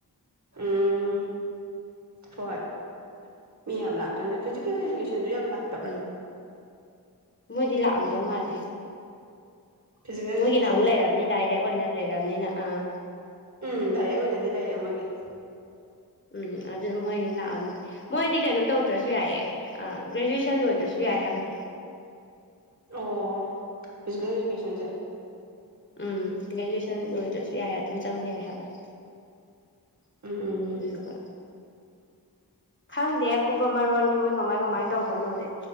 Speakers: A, on the right; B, on the left.
A: ꯎꯝ ꯍꯣꯏ ꯃꯤ ꯌꯥꯝ ꯂꯥꯛꯇ꯭ꯔꯅ ꯐꯤꯖꯤꯀꯦꯜ ꯏꯗꯨꯀꯦꯁꯟꯁꯨ ꯌꯥꯝ ꯂꯥꯛꯇ
B: ꯎꯝ ꯃꯣꯏꯗꯤ ꯂꯥꯛꯑꯝꯗꯧ ꯃꯥꯜꯂꯦ
A: ꯐꯤꯖꯤꯀꯦꯜ
B: ꯃꯣꯏꯒꯤꯅ
A: ꯏꯗꯨꯀꯦꯁꯟꯁꯦ
B: ꯑꯃꯨꯛ ꯂꯩꯔꯝꯅꯤ ꯗꯥꯏꯔꯦꯛ ꯑꯣꯏꯅ ꯂꯩꯔꯕꯝꯅꯤꯅ ꯑꯥ
A: ꯎꯝ ꯗꯥꯏꯔꯦꯛ ꯑꯣꯏꯅꯗꯤ ꯂꯩꯔꯦ ꯑꯃꯒꯤꯒꯤ
B: ꯎꯝ ꯑꯗꯨꯅ ꯃꯣꯏ ꯂꯥꯛꯑꯅꯤ ꯃꯣꯏꯗꯤ ꯀꯩꯅꯣ ꯇꯧꯗ꯭ꯔꯁꯨ ꯌꯥꯏꯌꯦ ꯒ꯭ꯔꯦꯖꯨꯑꯦꯁꯟ ꯂꯣꯏꯗ꯭ꯔꯁꯨ ꯌꯥꯏ ꯍꯥꯏꯕꯅꯦ
A: ꯑꯣ ꯏꯀ ꯑꯦꯖꯨꯀꯦꯁꯟꯁꯦ
B: ꯎꯝ ꯒ꯭ꯔꯦꯖꯨꯋꯦꯁꯟ ꯂꯣꯏꯗ꯭ꯔꯁꯨ ꯌꯥꯏ ꯑꯗꯨꯝ ꯆꯪꯕ ꯌꯥꯏ ꯍꯥꯏꯕꯅꯤ
A: ꯎꯝ ꯎꯝ
B: ꯑꯗꯨꯗꯨꯒ ꯈꯪꯗꯦ ꯑꯀꯨꯞꯄ ꯃꯔꯣꯟꯗꯤ ꯃꯣꯏ ꯀꯃꯥꯏ ꯀꯃꯥꯏꯅ ꯇꯧꯕꯅꯣꯗꯤ